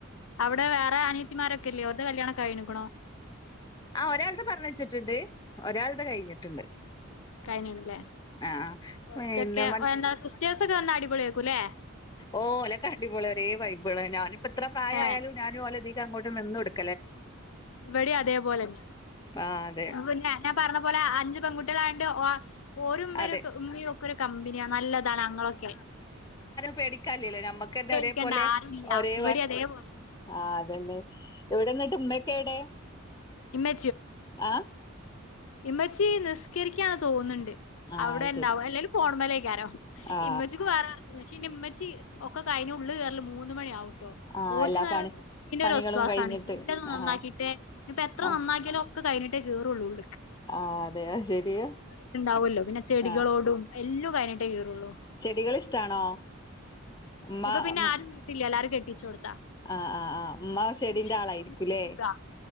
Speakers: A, on the left; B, on the left.
A: അവിടെ വേറെ അനിയത്തിമാരൊക്കെല്യേ ഒൽത് കല്യാണൊക്കേ കയിഞ്ഞിക്ക്ണോ?
B: ആഹ് ഒരാളത് പറഞ്ഞ വച്ചിട്ടുണ്ട്. ഒരാളത് കഴിഞ്ഞിട്ടുണ്ട്.
A: കഴഞ്ഞണല്ലേ
B: ആഹ് പിന്നെ
A: ഇതൊക്കെ എന്നാ സിസ്റ്റേഴ്സൊക്കെ വന്ന അടിപൊളി ആക്കും അല്ലേ.
B: ഓലക്ക അടിപൊളെ ഒരേ വൈബിള് ഞാനിപ്പോ എത്ര പ്രായ
A: ഏ
B: ആയാലും ഞാനും ഓലതില് അങ്ങോട്ട് നിന്ന്ടുക്കും.
A: ഇവിടെ അതേപോലെന്ന
B: ആ അതെ
A: പിന്നെ ഞാൻ പറഞ്ഞ പോലെ അഞ്ച് പെൺകുട്ടികളായണ്ട് ഓരും ഉമ്മരു
B: അതെ
A: ഉമ്മ ഒക്കെ ഒരു കമ്പനിയാ നല്ലതാണ് അങ്ങളൊക്കെ
B: പേടിക്കല്ലോ ഞമ്മക്ക്ന്നെ
A: പേടിക്കേണ്ട
B: ഒരേ പോലെ
A: ആരുല്ല
B: ഒരേ
A: ഇവിടെ അതേപോലെന്നെ
B: ആ അതന്നെ. എവിടെന്നട്ട ഉമ്മയൊക്കെ എവിടെ?
A: ഇമ്മ
B: ആഹ്
A: ഇമ്മച്ചി നിസ്കരിക്കാണ് തോന്നുന്നുണ്ട്.
B: ആ
A: അവിടെ
B: അത്
A: ഉണ്ടാവും
B: ശരി
A: അല്ലെങ്കി ഫോൺമലേക്ക ആരോ
B: ആ
A: ഇമ്മച്ചിക്ക് വേറെ ആർക്കൊ പക്ഷമ്മച്ചി ഒക്കെ കൈഞ്ഞ ഉള്ളി കേറല മൂന്ന് മണിയാവും. ട്ടൊ
B: ആ
A: ഓരിക്ക്
B: എല്ലാ
A: പറയ
B: പണി
A: വൃത്തിന്റെ
B: പണികളും
A: ഒരു വൊസ്വാസണ്.
B: കഴിഞ്ഞിട്ട്
A: എന്റെും നന്നാക്കിയിട്ട്
B: ആ
A: ഇനിപ്പോ എത്ര
B: ആ
A: നന്നാക്കിയാലും ഒക്കെ കഴിഞ്ഞിട്ടേ കേറുള്ളൂ ഉള്ള്ക്ക്.
B: ആ അതെ അത് ശരിയാ
A: അങ്ങനത്തെ ഇത്ണ്ടാവല്ലോ പിന്നെ ചെടികളോടും
B: ആ
A: എല്ലോം കഴഞ്ഞിട്ടെ കെ റുള്ളു
B: ചെടികൾ ഇഷ്ടാണോ ഉമ്മ
A: ഇപ്പ പിന്നെ
B: ഉം
A: ആരും വീട്ടില്ല എല്ലാരും കെ അപ്പൊ
B: ആ ആ ആ ഉമ്മ ചെടിന്റെ
A: പിന്നെ
B: ആളായിരിക്കുംല്ലേ
A: ഇന്നിപ്പോ സുഖാ